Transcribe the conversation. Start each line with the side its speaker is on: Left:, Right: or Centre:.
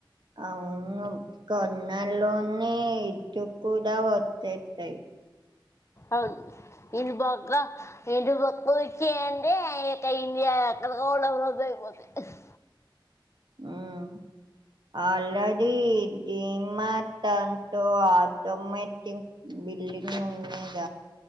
Right: అవును కొన్నాల్లోనే ఇటు కూడా వచ్చేస్తాయి
Left: అవును ఇటు పక్క ఇటు పక్క వచ్చాయి అంటే ఇంకా ఇండియా ఎక్కడికో డెవలప్ <unintelligible>
Right: ఉహ్మ్ ఆల్రెడి <unintelligible> ఆటోమేటిక్ బిల్డింగ్ ఉన్నాద